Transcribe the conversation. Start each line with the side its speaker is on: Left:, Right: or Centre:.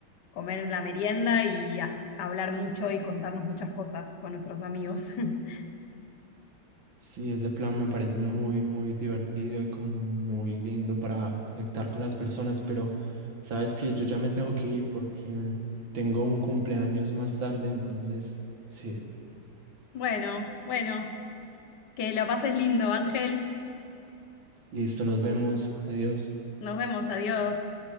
Left: comer en la merienda y a- hablar mucho y contarnos muchas cosas con nuestros amigos. <laughs>
Right: Sí, ese plan me parece muy, muy divertido y como muy lindo para conectar con las personas, pero sabes que yo ya me tengo que ir porque mm, tengo un cumpleaños más tarde, entonces, sí,
Left: Bueno, bueno, que lo pases lindo, Ángel.
Right: listo, nos vemos, adiós.
Left: Nos vemos, adiós.